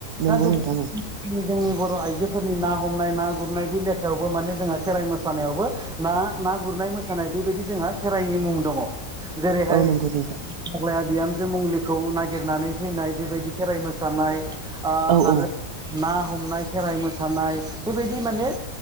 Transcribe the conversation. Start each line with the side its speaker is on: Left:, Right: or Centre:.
Right: नंगौ
Centre: दा गोब
Right: नोंथां औ
Centre: जोंनि बर' आइजोफोरनि ना हमनाय ना गुरनाय बे लेखायावबो माने जोंहा खेराइ मोसानायावबो ना ना गुरनाय मोसानाय बेबायदि जोंहा खेराइनि मुं दङ जेरैहाय
Right: औ नंगौ नोंथां
Centre: फाग्लाया बिहामजो मंलिखौ नागिरनानै फैनाय बेबायदि खेराइ मोसानाय आ
Right: औ औ
Centre: आरो ना हमनाय खेराइ मोसानाय बेबायदि माने